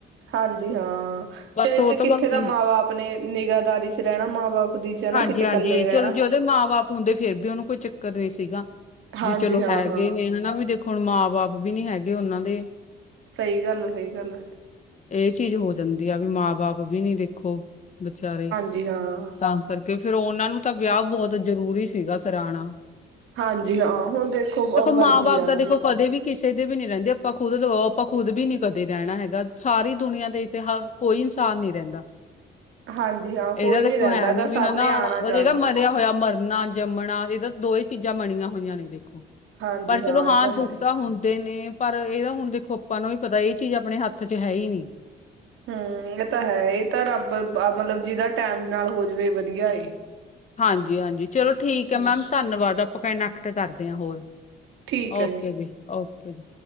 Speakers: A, on the right; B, on the left.
A: ਹਾਂਜੀ ਹਾਂ,
B: ਬਸ
A: ਚਾ ਇੱਥੇ
B: ਉਹ ਤਾਂ
A: ਕਿੱਥੇ
B: ਬਸ
A: ਦਾ ਮਾਂ ਬਾਪ ਨੇ, ਨਿਗਾਦਾਰੀ 'ਚ' ਰਹਿਣਾ ਮਾਂ ਬਾਪ ਦੀ ਚ
B: ਹਾਂਜੀ
A: ਨਾ ਕਿਤੇ
B: ਹਾਂਜੀ,
A: ਇਕੱਲੇ ਰਹਿਣਾ।
B: ਚਲੋ ਜੇ ਉਹਦੇ ਮਾਂ ਬਾਪ ਹੁੰਦੇ ਫੇਰ ਵੀ ਉਹਨੂੰ ਕੋਈ ਚੱਕਰ ਨਹੀਂ ਸੀਗਾ।
A: ਹਾਂਜੀ
B: ਵੀ ਚਲੋ
A: ਹਾਂ
B: ਹੈਗੇ
A: ਹਾਂ
B: ਨੇ ਹਨਾ, ਵੀ ਦੇਖੋ ਹੁਣ ਮਾਂ ਬਾਪ ਵੀ ਨੀ ਹੈਗੇ ਉਹਨਾਂ ਦੇ।
A: ਸਹੀ ਗੱਲ ਆ, ਸਹੀ ਗੱਲ ਆ।
B: ਇਹ ਚੀਜ਼ ਹੋ ਜਾਂਦੀ ਆ, ਵੀ ਮਾਂ ਬਾਪ ਵੀ ਨੀ ਦੇਖੋ, ਵਿਚਾਰੇ।
A: ਜੀ ਹਾਂ।
B: ਤਾਂ ਕਰਕੇ, ਫਿਰ ਉਹਨਾਂ ਨੂੰ ਤਾਂ ਵਿਆਹ ਬਹੁਤ ਜਰੂਰੀ ਸੀਗਾ ਕਰਾਣਾ।
A: ਹਾਂਜੀ ਹਾਂ, ਹੁਣ ਦੇਖੋ ਮਰਜੀ
B: ਮਾਂ ਬਾਪ
A: ਆ
B: ਤਾਂ
A: ਨਾ।
B: ਦੇਖੋ
A: ਵੀ
B: ਕਦੇ ਵੀ ਕਿਸੇ ਦੇ ਵੀ ਨੀ ਰਹਿੰਦੇ, ਆਪਾਂ ਖੁਦ ਲਗਾਓ ਆਪਾਂ ਖੁਦ ਵੀ ਨੀ ਕਦੇ ਰਹਿਣਾ ਹੈਗਾ, ਸਾਰੀ ਦੁਨੀਆਂ ਦੇ ਇਤਿਹਾਸ ਕੋਈ ਇਨਸਾਨ ਨੀੰ ਰਹਿੰਦਾ।
A: ਹਾਂਜੀ ਹਾਂ, ਕੋਈ
B: ਇਹਦਾ ਦੇਖੋ
A: ਨੀ ਰਹਿੰਦਾ।
B: ਨੀ
A: ਗਾ ਸਭ
B: ਵੀ ਹਨਾ
A: ਨੇ ਆਣਾ
B: ਵ <unintelligible>
A: ਜਾਣਾ
B: ਹੋਇਆ ਮਰਨਾ-ਜੰਮਣਾ ਇਹਦਾ ਦੋ ਹੀ ਚੀਜ਼ਾਂ ਬਣੀਆਂ ਹੋਈਆਂ ਨੇ ਦੇਖੋ।
A: ਹਾਂਜੀ
B: ਪਰ ਚਲੋ ਹਾਂ
A: ਇਹ ਹੈ।
B: ਦੁੱਖ ਤਾਂ ਹੁੰਦੇ ਨੇ, ਪਰ ਇਹਦਾ ਹੁਣ ਦੇਖੋ ਆਪਾਂ ਨੂੰ ਵੀ ਪਤਾ ਇਹ ਚੀਜ਼ ਆਪਣੇ ਹੱਥ ਚ ਹੈ ਹੀ ਨੀ।
A: ਹਮ, ਇਹ ਤਾਂ ਹੈ ਇਹ ਤਾਂ ਰੱਬ ਮਤਲਬ, ਜਿਹਦਾ ਟੈਮ ਨਾਲ ਹੋ ਜਾਵੇ ਵਧੀਆ ਏ।
B: ਹਾਂਜੀ ਹਾਂਜੀ ਚਲੋ ਠੀਕ ਐ
A: ਹਾਂਜੀ।
B: ਮੈਮ, ਧੰਨਵਾਦ ਆਪਾਂ ਕਨੈਕਟ ਕਰਦੇ ਆਂ ਹੋਰ।
A: ਠੀਕ ਹੈ
B: ਓਕੇ ਜੀ, ਓਕੇ।